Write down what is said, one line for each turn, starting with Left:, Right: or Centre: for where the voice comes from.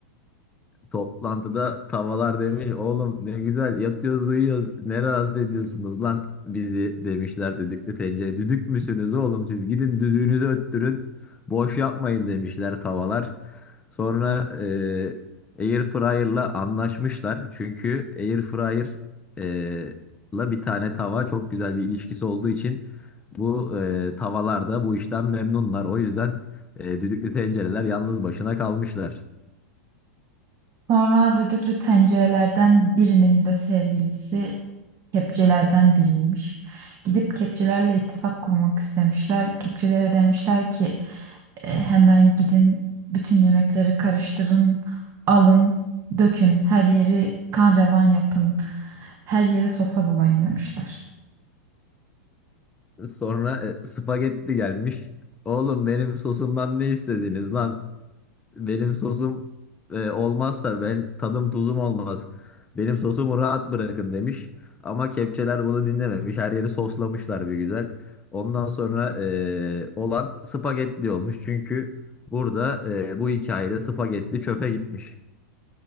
Left: Toplantıda tavalar demiş oğlum ne güzel yatıyoruz uyuyoruz ne rahatsız ediyorsunuz lan bizi demişler düdüklü tencere düdük müsünüz oğlum siz gidin düdüğünüzü öttürün boş yapmayın demişler tavalar sonra eee air fryer'la anlaşmışlar çünkü air fryer eee, la bir tane tava çok güzel bir ilişkisi olduğu için bu eee, tavalar da bu işten memnunlar o yüzden eee, düdüklü tencereler yalnız başına kalmışlar.
Right: Sonra düdüklü tencerelerden birinin de sevgilisi kepçelerden biriymiş. Gidip kepçelerle ittifak kurmak istemişler. Kepçelere demişler ki "E, hemen gidin bütün yemekleri karıştırın, alın, dökün, her yeri kan revan yapın, her yeri sosa bulayın demişler.
Left: Sonra e, spagetti gelmiş. Oğlum benim sosumdan ne istediniz lan? Benim sosum e, olmazsa ben tadım tuzum olmaz. Benim sosumu rahat bırakın demiş. Ama kepçeler bunu dinlememiş. Her yeri soslamışlar bir güzel. Ondan sonra e, olan spagetti olmuş. Çünkü burada e, bu hikayede spagetti çöpe gitmiş.